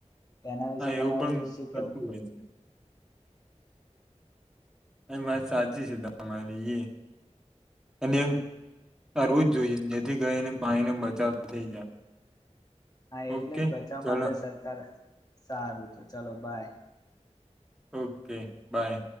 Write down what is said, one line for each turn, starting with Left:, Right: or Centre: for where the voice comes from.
Left: એના વિશેે
Centre: હા એવું
Left: તમારું શું
Centre: પણ
Left: કેવું?
Centre: થતું હોય છે એ વાત સાચી છે તમારી એ અને એમ કરવું જ જોઈએ જેથી કરીને પાણીનો બચાવ થઈ જાય.
Left: હા
Centre: ઓકે
Left: એટલે જ બચાવ
Centre: ચલો
Left: માટે સરકાર, સારું તો ચલો બાય.
Centre: Okay by.